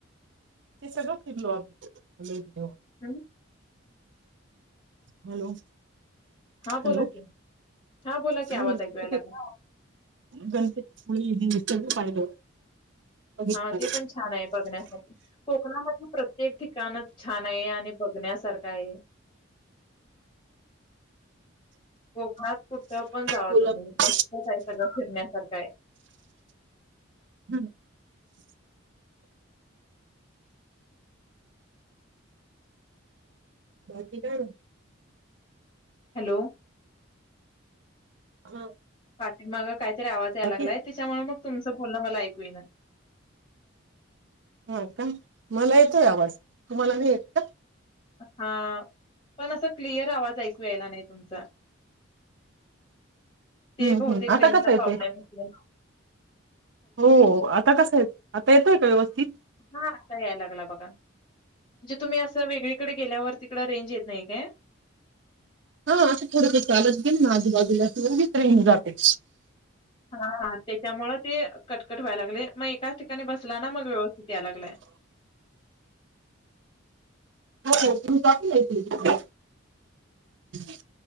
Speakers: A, on the right (about 60°); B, on the left (about 25°).
A: ते सगळं फिरलो आम्ही <inaudible>
B: हम्म.
A: हॅलो.
B: हा बोला
A: हॅलो.
B: की, हा बोला की
A: हं,
B: आवाज ऐकू याय
A: तिथे
B: लागला.
A: गणपतीपुळे हे <inaudible> सगळं पाहिलं. बघितलं.
B: हा ते पण छान आहे बघण्यासारखं. कोकणामध्ये प्रत्येक ठिकाणच छान आहे आणि बघण्यासारखं आहे. कोकणात कुठं पण जावा
A: कोल्हापूर
B: तुम्ही मस्त का आहे सगळं फिरण्यासारखं आहे.
A: हं, बाकी काय?
B: हॅलो.
A: हां,
B: पाठी माग काहीतरी आवाज यायला
A: बाकी
B: लागलाय त्याच्यामुळे मग तुमचं बोलणं मला ऐकू येई ना.
A: हा का मला येतोय आवाज, तुम्हाला नाही येत का?
B: हा पण असा क्लिअर आवाज ऐकू यायला नाही तुमचा. ते
A: हम्म
B: बहुतेक
A: हम्म आता
B: रेंजचा
A: कसा येतोय?
B: प्रॉब्लेम असलेला.
A: हो आता कसा येतो, आता येतोय का व्यवस्थित?
B: हा आता याय लागला बघा म्हणजे तुम्ही असं वेगळी तिकडे गेल्यावर तिकडं रेंज येत नाही काय?
A: हा असं थोडंस चालत गेली ना आजूबाजूला की लगेच रेंज जाते.
B: हा हा त्याच्यामुळ ते कट, कट व्हायला लागले मग एकाच ठिकाणी बसला ना मग व्यवस्थित या लागलंय.
A: हो टाकल आहे की <inaudible>